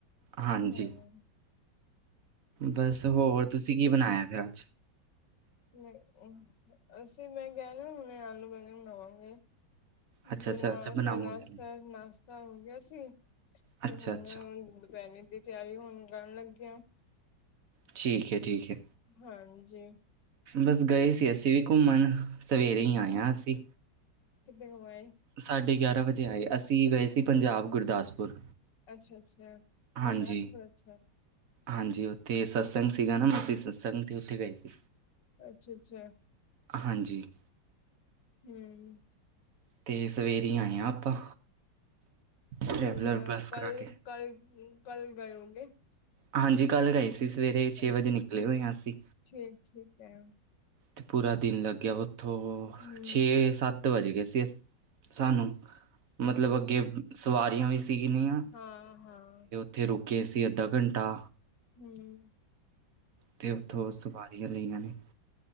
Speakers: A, on the right (about 55°); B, on the left (about 70°).
A: ਹਾਂਜੀ
B: ਹਾਂ
A: ਬਸ ਹੋਰ ਤੁਸੀਂ ਕੀ ਬਣਾਇਆ ਫਿਰ ਅੱਜ।
B: ਨਹੀਂ ਇਹ। ਅਸੀਂ ਮੈਂ ਕਹਿਣਾ ਹੁਣੇ ਆਲੂ ਬੈਂਗਣ ਬਣਾਵਾਂਗੇ।
A: ਅੱਛਾ
B: ਫਿਰ
A: ਅੱਛਾ ਅੱਛਾ ਬਣਾਓਗੇ
B: ਨਾਸ਼ਤਾ ਨਾਸ਼ਤਾ ਹੋ ਗਿਆ ਸੀ
A: ਅੱਛਾ
B: ਤੇ ਹੁਣ।
A: ਅੱਛਾ
B: ਬੈਂਗਣ ਦੀ ਤਿਆਰੀ ਹੁਣ ਕਰਨ ਲੱਗੇ ਆਂ।
A: ਠੀਕ ਹੈ ਠੀਕ ਹੈ।
B: ਹਾਂਜੀ।
A: ਬਸ ਗਏ ਸੀ ਅਸੀਂ ਵੀ ਘੁੰਮਣ ਸਵੇਰੇ
B: ਅੱਛਾ
A: ਹੀ ਆਏ ਹਾਂ ਅਸੀਂ।
B: ਕਿੱਥੇ ਹੋ ਆਏ।
A: ਸਾਢੇ ਗਿਆਰਾਂ ਵਜੇ ਆਏ ਅਸੀਂ ਗਏ ਸੀ ਪੰਜਾਬ ਗੁਰਦਾਸਪੁਰ।
B: ਅੱਛਾ ਅੱਛਾ
A: ਹਾਂਜੀ
B: ਗੁਰਦਾਸਪੁਰ ਅੱਛਾ।
A: ਹਾਂਜੀ ਉੱਥੇ ਸਤਸੰਗ ਸੀਗਾ ਨਾ ਅਸੀਂ ਸਤਸੰਗ 'ਤੇ ਉੱਥੇ ਗਏ ਸੀ।
B: ਅੱਛਾ ਅੱਛਾ
A: ਹਾਂਜੀ
B: ਹੂੰ।
A: ਤੇ ਸਵੇਰੇ ਆਏ ਹਾਂ ਆਪਾਂ।
B: ਹਜੇ
A: ਟਰੈਵਲਰ
B: ਨਹੀਂ ਜਾਣਾ
A: ਬੱਸ ਕਰਾ
B: ਕੱਲ
A: ਕੇ
B: ਕੱਲ ਗਏ ਹੋ ਗਏ।
A: ਹਾਂਜੀ ਕੱਲ ਗਏ ਸੀ ਸਵੇਰੇ ਛੇ
B: ਅੱਛਾ
A: ਵਜੇ ਨਿਕਲੇ ਹੋਏ ਹਾਂ ਅਸੀਂ।
B: ਠੀਕ ਠੀਕ ਹੈ।
A: ਤੇ ਪੂਰਾ ਦਿਨ ਲੱਗਿਆ ਉੱਥੋਂ
B: ਹਮ
A: ਛੇ ਸੱਤ। ਸੱਤ ਵੱਜ ਗਏ ਸੀ ਸਾਨੂੰ
B: ਅੱਛਾ
A: ਮਤਲਬ
B: ਅੱਛਾ
A: ਅੱਗੇ ਸਵਾਰੀਆਂ ਵੀ ਸੀਗੀਆਂ।
B: ਹਾਂ ਹਾਂ।
A: ਉੱਥੇ ਰੁਕੇ ਸੀ ਅੱਧਾ ਘੰਟਾ
B: ਹਮ
A: ਤੇ ਉੱਥੋਂ
B: ਠੀਕ
A: ਉਸ ਬਾਅਦ। ਇਹ ਰਹੀਆਂ ਨੇ।